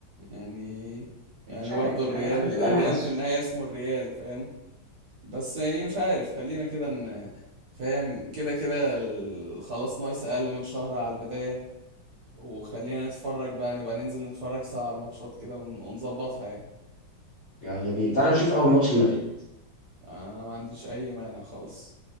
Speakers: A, on the right; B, on the left.
A: يعني يعني
B: مش
A: برضه
B: عارف
A: الريال
B: انا انا ده اللي
A: الريال
B: انا حاسه
A: في النهاية اسمه الريال فاهم بس يعني مش عارف خلينا كده ان فاهم كده كده ال- خلاص ناقص اقل من شهر على البداية وخلينا نتفرج بقى نبقى ننزل نتفرج سوا على الماتشات كده ون- ونظبطها يعني
B: يلا بينا تعال نشوف اول ماتش المدريد
A: انا ما عنديش اي مانع خالص